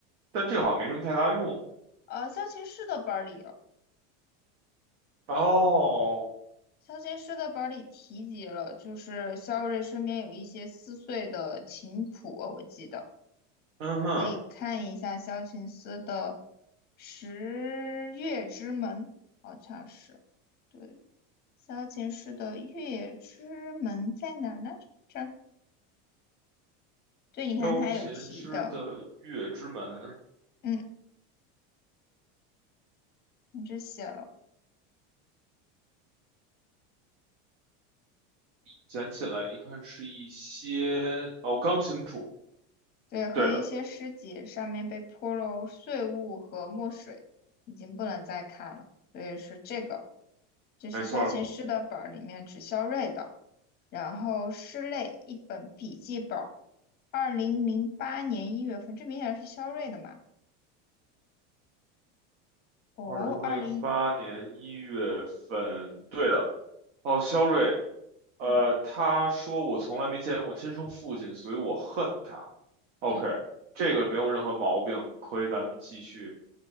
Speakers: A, on the right (about 80°); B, on the left (about 25°).
A: 但这个好像没什么太大用。
B: 呃，萧琴师的本儿里
A: 哦，
B: 肖琴诗的本里提及了，就是萧瑞身边有一些撕碎的琴谱，我记得
A: 嗯哼，
B: 可以看一下萧琴斯的《十月之门》，好像是对萧琴师的《月之门》在哪儿呢？这儿，对，你看他有提的，
A: 钢琴师的月之门，
B: 嗯，你这写了，
A: 捡起来一看是一些哦，钢琴谱。
B: 对，和一些诗集上面被泼了碎物和墨水，
A: 对的，
B: 已经不能再看了，所以是这个。就是萧琴师的本儿里面只萧锐的，
A: 没错儿，
B: 然后师类一本笔记本儿，二零零八年一月份，这明显是萧锐的嘛？哦，
A: 二零零八年一月份，
B: 二零，
A: 对的。哦，肖瑞，呃，
B: 嗯
A: 他说我从来没见过亲生父亲，所以我恨他。OK，
B: 嗯
A: 这个没有任何毛病，可以咱们继续。